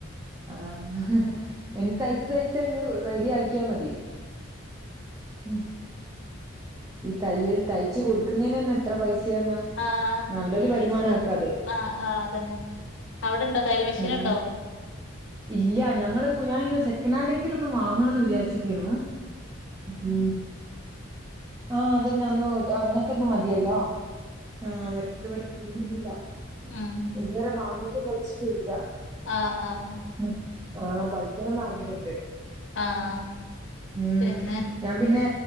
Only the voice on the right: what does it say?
ആഹ് ഇനി തയ്ച്ച് തയ്ച്ച് അങ്ങ് റെഡി ആക്കിയാ മതി ഉം ഈ തയ്യൽ തയ്ച്ച കൊടുക്കുന്നതിന് ന്നെ എത്ര പൈസയാന്നാ
നല്ലൊരു
വരുമാനാക്ക
അത്
ആഹ് ഇല്ല ഞങ്ങൾക്കു ഞാനിങ്ങനെ സെക്കനാന്റെങ്കിലും ഒന്ന് വാങ്ങണംന്ന് വിചാരിച്ചിക്കേന്നു ഉം ആഹ് അതന്നെ ഒന്ന് അങ്ങ- ഒറ്റൊന്ന് മതിയല്ലോ അഹ് <inaudible>
ഇതുവരെ വാങ്ങിട്ട് കൊലച്ചിട്ടില്ല
ഉം ആഹ് പഠിക്കണംന്ന് ആഗ്രഹണ്ട്
ഉം
ഞാൻ പിന്നെ